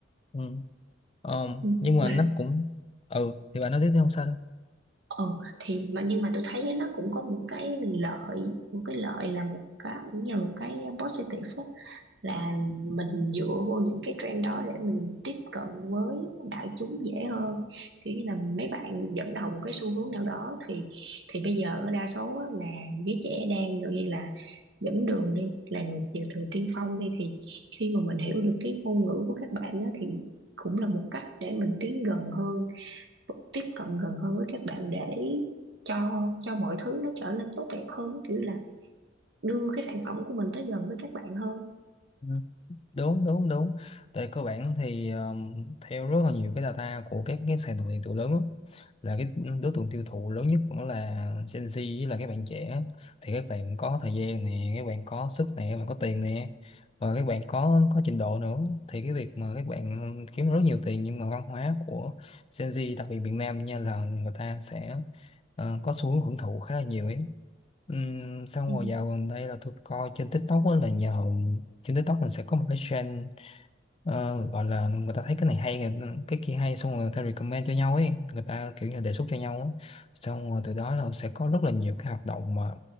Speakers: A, on the left; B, on the right.
A: ừ Ờ,
B: Ừ.
A: nhưng mà
B: mà
A: nó cũng ừ thì bạn nói tiếp đi không sao đâu
B: ờ thì mà nhưng mà tôi thấy nó cũng có một cái lợi một cái lợi là một cái cũng như là một cái positive á, là mình dựa vô những cái trend đó để mình tiếp cận với đại chúng dễ hơn kiểu như là mấy bạn dẫn đầu một cái xu hướng nào đó thì thì bây giờ đa số á, là giới trẻ đang gần như là dẫn đường đi là người tiểu thừa tiên phong đi thì khi mà mình hiểu được cái ngôn ngữ của các bạn á thì cũng là một cách để mình tiến gần hơn tiếp cận gần hơn với các bạn để cho cho mọi thứ nó trở nên tốt đẹp hơn kiểu là đưa cái sản phẩm của mình tới gần với các bạn hơn
A: ừ đúng đúng đúng tại cơ bản thì um, theo rất là nhiều cái data của các cái sàn thương mại điện tử lớn á, là cái đối tượng tiêu thụ lớn nhất cũng là Gen Z với là các bạn trẻ thì các bạn có thời gian nè các bạn có sức nè các bạn có tiền nè và các bạn có có trình độ nữa thì cái việc mà các bạn kiếm rất nhiều tiền nhưng mà văn hóa của Gen Z đặc biệt miền Nam nha là người ta sẽ ờ, có xu hướng hưởng thụ khá là nhiều ấy Ừm, xong
B: ừ.
A: rồi dạo gần đây là tôi coi trên TikTok á là nhờ trên TikTok mình sẽ có một cái trend ờ, gọi là người ta thấy cái này hay người- cái kia hay xong rồi người ta recommend cho nhau ấy người ta kiểu như đề xuất cho nhau á xong rồi từ đó là sẽ có rất là nhiều cái hoạt động mà